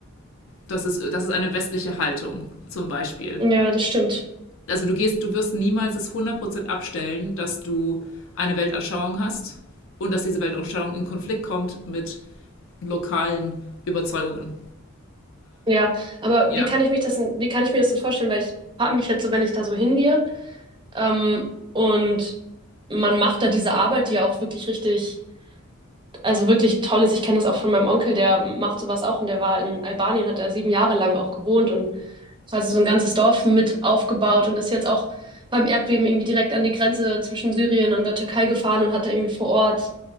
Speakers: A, on the left; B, on the right.
A: Das ist, das ist eine westliche Haltung, zum Beispiel.
B: ja, das stimmt.
A: Also du gehst, du wirst niemals es hundert Prozent abstellen, dass du eine Weltanschauung hast und dass diese Weltanschauung in Konflikt kommt mit lokalen Überzeugungen.
B: Ja, aber
A: Ja.
B: wie kann ich mich das, denn- wie kann ich mir das so vorstellen? Weil ich habe mich jetzt so, wenn ich da so hingehe, ähm, und man macht da diese Arbeit, die ja auch wirklich richtig, also wirklich toll ist. Ich kenne das auch von meinem Onkel, der macht sowas auch und der war in Albanien, hat da sieben Jahre lang auch gewohnt und Das heißt, so ein ganzes Dorf mit aufgebaut und ist jetzt auch beim Erdbeben irgendwie direkt an die Grenze zwischen Syrien und der Türkei gefahren und hat da irgendwie vor Ort